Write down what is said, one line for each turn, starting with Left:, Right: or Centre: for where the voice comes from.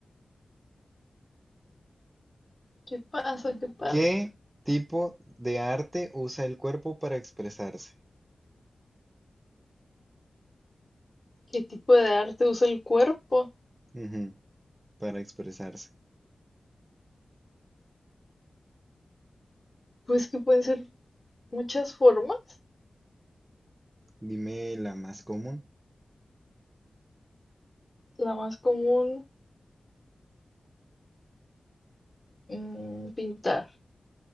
Left: ¿Qué pasa? ¿Qué pasa?
Right: ¿Qué tipo de arte usa el cuerpo para expresarse?
Left: ¿Qué tipo de arte usa el cuerpo?
Right: Ujú, para expresarse.
Left: Pues que pueden ser muchas formas.
Right: Dime la más común.
Left: La más común, mm, pintar,